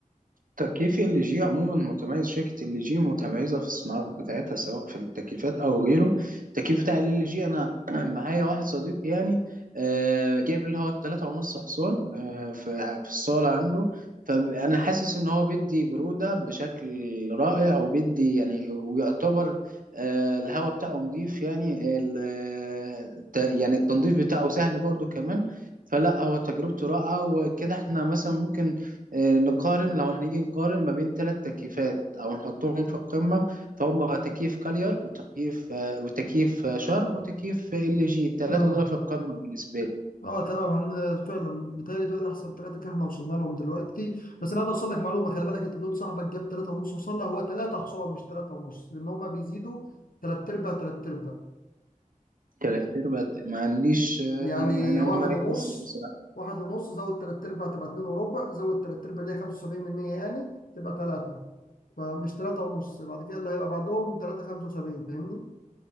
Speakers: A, on the right; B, on the left.
A: تكييف ال جي عموما متميز شركة ال جي متميزة في الصناعات بتاعتها سواء في التكييفات أو غيره التكييف بتاع ال جي أنا <clears throat> معايا واحد صديقي يعني آه، جايب اللي هو التلاتة ونص حصان آه، في في الصالة عنده فأنا حاسس إن هو بيدي برودة بشكل رائع وبيدي يعني ويعتبر آه، الهواء بتاعه نظيف يعني ال- آه، الت- يعني التنظيف بتاعه سهل برضو كمان فلا هو تجربته رائعة وكده احنا مثلا ممكن آه، نقارن لو هنيجي نقارن ما بين ثلاث تكييفات او نحطهم في القمه فهم تكييف كاليار وتكييف آه، وتكييف آه، شرب وتكييف آه، ال جي الثلاثه
B: اه
A: دول في القمه بالنسبه لي
B: اه تمام هن فعلا بيتهيألي دول احسن ثلاثه كده احنا وصلنا لهم دلوقتي بس انا عايز اوصل لك معلومه خلي بالك انت بتقول صاحبك جاب ثلاثه ونص وصل له هو ثلاثه حصان مش ثلاثه ونص لان هم بيزيدوا ثلاث ارباع ثلاث ارباع
A: ثلاث ارباع ما عنديش آه،
B: يعني
A: انا
B: واحد
A: أنا ما ركزتش
B: ونص
A: بصراحه
B: واحد ونص زود ثلاث ارباع تبقى اتنين وربع زود ثلاث ارباع اللي هي 75% يعني تبقى ثلاثه فمش ثلاثه ونص بعد كده اللي هيبقى بعدهم ثلاثه 75 فاهمني